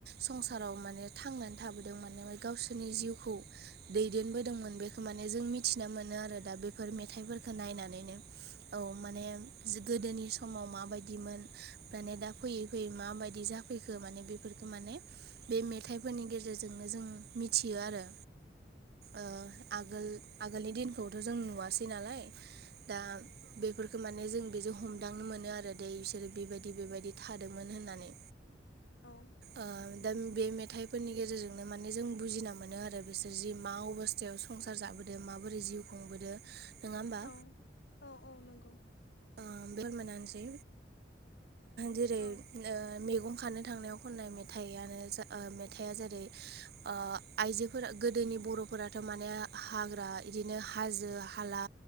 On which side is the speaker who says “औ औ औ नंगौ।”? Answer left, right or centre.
Left